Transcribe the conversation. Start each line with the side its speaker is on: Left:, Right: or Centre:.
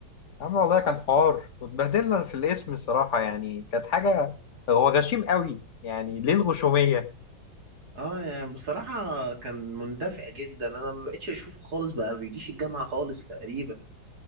Left: يا عم والله كان حوار واتبهدلنا في الاسم الصراحه يعني كانت حاجه هو غشيم قوي يعني ليه الغشوميه
Right: اه يعني بصراحة كان مندفع جدا انا ما بقتش اشوفه خالص بقى بيجيش الجامعة خالص تقريبا